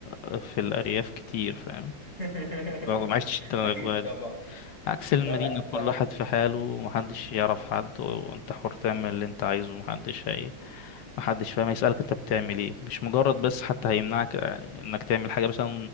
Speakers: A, on the left; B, on the left.
A: آه، في الارياف كتير فاهم
B: <laughs>
A: برضو ما عشتش انت الاجواء
B: اكيد طبعا
A: دي عكس المدينة
B: لا لا شفتها
A: كل واحد في حاله ومحدش
B: <laughs>
A: يعرف
B: مم.
A: حد وانت حر تعمل اللي انت عايزه ومحدش هي ايه، محدش فاهم هيسألك انت بتعمل ايه مش مجرد بس حتى هيمنعك انك تعمل حاجة مثلا